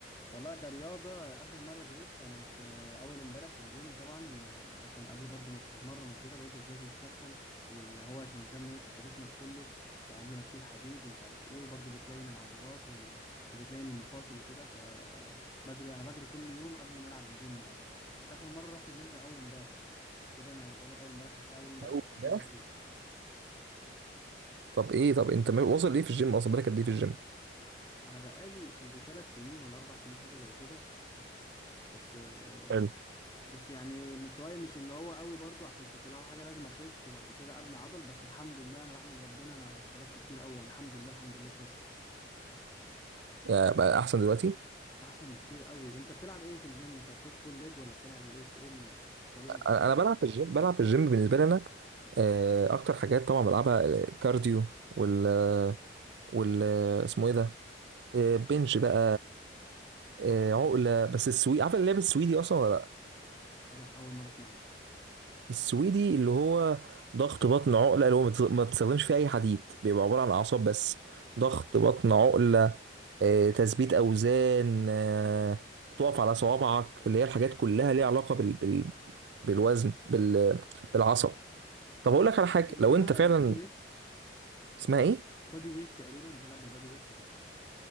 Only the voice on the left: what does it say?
والله كرياضة آخر مرة جريت كانت آه، أول امبارح في الجيم طبعا آه، عشان قبل برضو ما تتمرن وكده برضو لازم تسخن واللي هو عشان الدم يوصل في جسمك كله فقبل ما تشيل حديد ومش عارف ايه وبرضو بتلين العضلات وال... وبتلين المفاصل وكده فبجري أنا بجري كل يوم قبل ما ألعب الجيم يعني بس آخر مرة رحت الجيم كان أول امبارح مش كده أنا بقول لك أول امبارح أول امبارح
آخر
مرة جريت يعني
أنا بقالي يجي تلات سنين ولا أربع سنين حاجة زي كده بس آه،
بس يعني مستواي مش اللي هو قوي برضو عشان كنت لعب حاجه لازم اخس بعد كده ابني عضل بس الحمد لله انا بحمد ربنا انا اختلفت كتير قوي يعني الحمد لله الحمد لله بجد
احسن بكتير قوي انت بتلعب ايه في الجيم طب بوش بول ليج ولا بتلعب ايه ايه الطريقه اللي بتلعب
بيها
لا اول مره اسمع عنها
اسمها
بادي ويت
بادي ويت تقريبا بتلعب بالبادي ويت كده